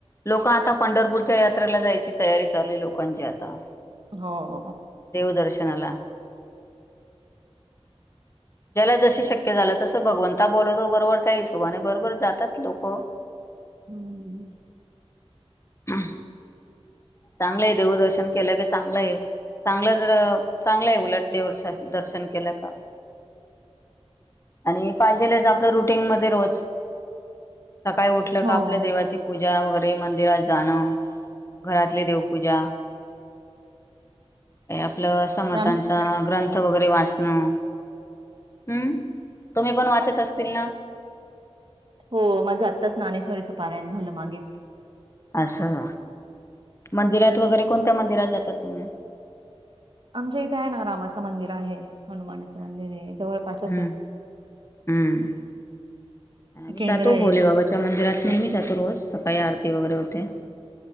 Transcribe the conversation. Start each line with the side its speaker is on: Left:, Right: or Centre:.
Left: लोक आता पंढरपूरच्या यात्रेला जायची तयारी चालूली लोक. लोकांचे आता.
Right: हो हो.
Left: देवदर्शनाला. ज्याला जशी शक्य झालं तसं भगवंता बोलवतो बरोबर त्या हिशोबाने बरोबर जातात लोक.
Right: हम्म
Left: <unintelligible> चांगलं आहे देवदर्शन केलं की चांगलंय. चांगलं जर चांगलंय उलट देवदर्शन दर्शन केलं का. आणि पाहिजेलच आपलं रुटीन मध्ये रोज सकाळी उठलं
Right: हो
Left: का आपल्या देवाची पूजा वगैरे मंदिरात जाणं. घरातली देवपूजा. काही आपलं समर्थांचा
Right: ते आमच्या
Left: ग्रंथ वगैरे वाचणं. हम्म तुम्ही पण वाचत असतील ना?
Right: हो माझं आत्ताच ज्ञानेश्वरीचं पारायण झालं मागेच-
Left: असं मंदिरात वगैरे कोणत्या मंदिरात जातात तुम्ही-
Right: आमच्या इथे आहे ना रामाचं मंदिर आहे. हनुमानाचं
Left: हम्म
Right: मंदिर आहे जवळपासच
Left: हम्म
Right: आहे.
Left: हम्म. आम्ही
Right: केंद्र
Left: जातो
Right: आहे
Left: भोलेबाबाच्या
Right: स्वामीच
Left: मंदिरात
Right: हा
Left: नेहमी जातो रोज सकाळी आरती वगैरे होते.